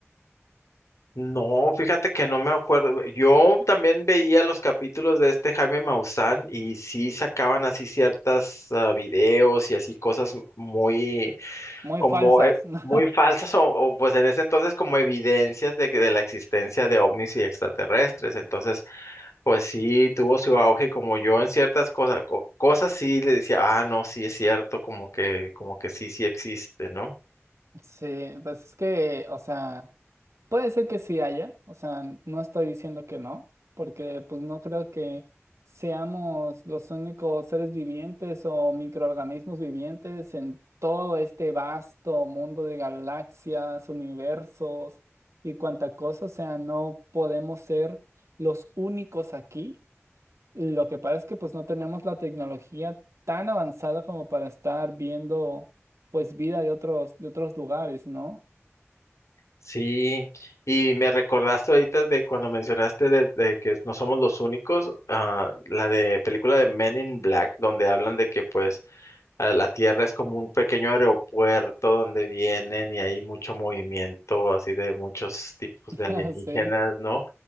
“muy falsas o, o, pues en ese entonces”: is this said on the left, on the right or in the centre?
Left